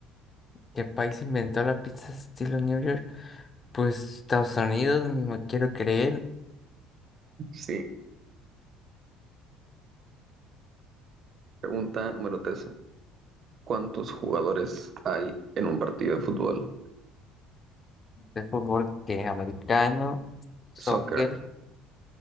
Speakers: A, on the left; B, on the right.
A: ¿Qué país inventó la pizza estilo New York? Pues Estados Unidos, mismo quiero creer.
B: Sí. Pregunta número 13. ¿Cuántos jugadores hay en un partido de fútbol?
A: De fútbol que americano, soccer.
B: Soccer.